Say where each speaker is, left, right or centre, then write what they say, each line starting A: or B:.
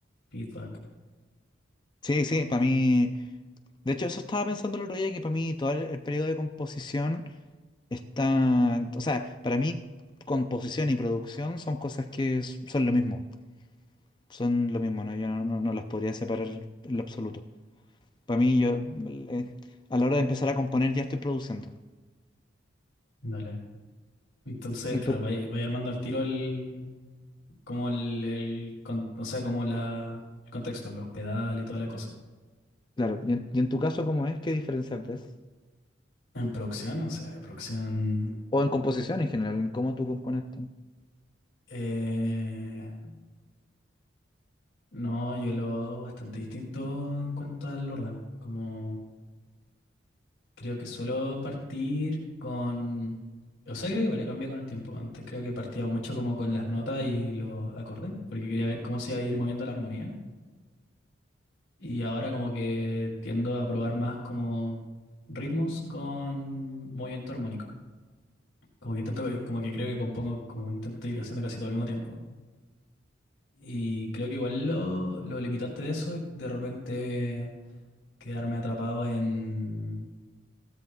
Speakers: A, on the left; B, on the left.
A: feedback.
B: Sí, sí, para mí. De hecho, eso estaba pensando el otro día, que para mí todo el, el periodo de composición está. O sea, para mí, composición y producción son cosas que s- son lo mismo. Son lo mismo, ¿no? Yo no, no- no las podría separar en lo absoluto. Para mí, yo. mm, eh, a la hora de empezar a componer, ya estoy produciendo.
A: Dale. Entonces,
B: Y
A: claro,
B: tú,
A: vaya, vaya armando al tiro el, como el, el con- o sea, como la, el contexto, los pedales y toda la cosa.
B: claro, y en, y en tu caso, ¿cómo es? ¿Qué diferencia ves?
A: En producción, o sea, producción,
B: O en composición en general, en cómo tú compones. tú.
A: eh, No, yo lo hago bastante distinto en cuanto al orden. Como creo que suelo partir con... O sea, creo que vale, cambia con el tiempo. Antes creo que partía mucho como con las notas y los acordes, porque quería ver cómo se iba a ir moviendo la armonía. Y ahora como que tiendo a probar más como ritmos con movimiento armónico. Como que intento, como que creo que compongo, como intento ir haciendo casi todo al mismo tiempo. Y creo que igual lo, lo limitante de eso es de repente quedarme atrapado en,